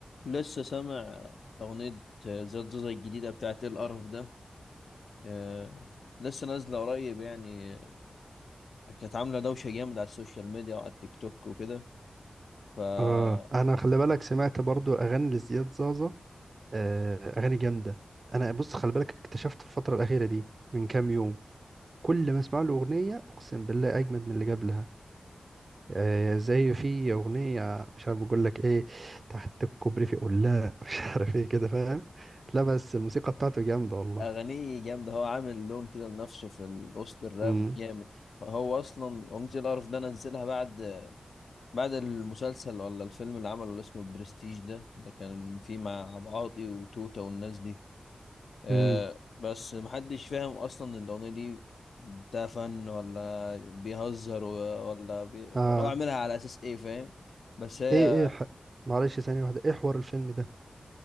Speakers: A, on the left (about 80°); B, on the right (about 45°).
A: لسه سامع أغنية زياد زوزة الجديدة بتاعت إيه القرف ده آه، لسه نازلة قريب يعني آه، كانت عاملة دوشة جامدة على السوشيال ميديا وعلى التيك توك وكده ف <laughs>
B: اه انا خلي بالك سمعت برضو اغاني لزياد زازا آه، اغاني جامده انا بص خلي بالك اكتشفت في الفتره الاخيره دي من كام يوم كل ما اسمع له اغنيه اقسم بالله اجمد من اللي قبلها آه، زي في اغنيه مش عارف بقول لك ايه تحت الكوبري في قلاع <laughs> مش عارف ايه كده فاهم لا بس الموسيقى بتاعته جامده والله
A: أغانيه جامدة هو عامل لون كده لنفسه في ال- وسط الراب
B: امم
A: جامد هو أصلا أغنية إيه القرف ده نزلها بعد بعد المسلسل ولا الفيلم اللي عمله اللي اسمه برستيج ده ده كان فيه مع أبو عاطي وتوتة والناس دي آه
B: امم
A: بس محدش فاهم اصلا الاغنيه دي ده فن ولا بيهزر و- ولا بي...
B: اه
A: ولا هو عاملها على اساس ايه فاهم بس هي
B: ايه ايه ح... معلش ثانيه واحده ايه حوار الفيلم ده